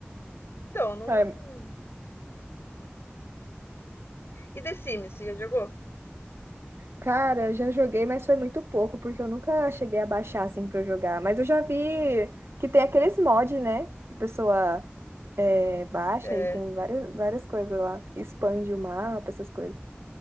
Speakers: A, on the left; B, on the right.
A: Então, não.
B: É,
A: E The Sims, você já jogou?
B: Cara, já joguei, mas foi muito pouco, porque eu nunca cheguei a baixar assim pra eu jogar. Mas eu já vi que tem aqueles mods, né? Que a pessoa é, baixa
A: É,
B: e tem várias, várias coisas lá. Expande o mapa, essas coisas.